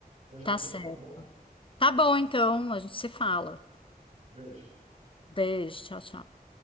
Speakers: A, on the right; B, on the left.
A: Já já
B: Tá
A: a gente
B: certo.
A: se fala, tá bom?
B: Tá bom, então, a gente se fala.
A: Beijo.
B: Beijo, tchau, tchau.